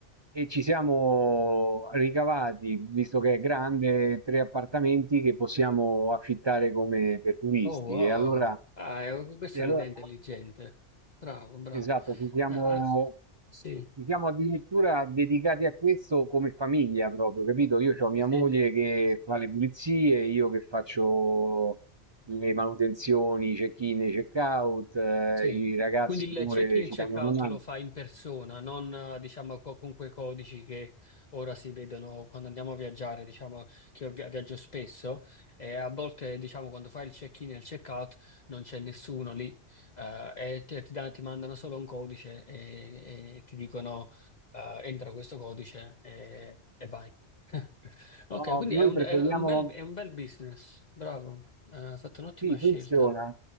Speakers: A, on the right (about 40°); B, on the left (about 40°).
A: E ci siamo ricavati, visto che è grande, tre appartamenti che possiamo affittare come per turisti.
B: Oh, wow.
A: E allora,
B: Ah, è- questa
A: e
B: è
A: allora-
B: un'idea intelligente. Bravo, bravo.
A: esatto, ci siamo,
B: Ah, ah, sì.
A: ci siamo addirittura dedicati a questo come famiglia proprio, capito? Io ho mia
B: Sì.
A: moglie che fa le pulizie, io che faccio le manutenzioni, i check-in, e i check-out, eh,
B: Sì.
A: i ragazzi
B: Quindi il
A: pure
B: check-in e
A: ci
B: check-out
A: danno una mano.
B: lo fa in persona, non eh, diciamo co- con quei codici che ora si vedono quando andiamo a viaggiare, diciamo che io via- viaggio spesso e a volte diciamo quando fai il check-in e il check-out non c'è nessuno lì eh, e te- ti, dan- ti mandano solo un codice e, e ti dicono eh, entra questo codice e, e vai. <laughs> Ok,
A: No,
B: quindi è
A: noi
B: un,
A: preferiamo.
B: è un bel, è un bel business, bravo, Eh, hai fatto un'ottima
A: Sì,
B: scelta.
A: funziona.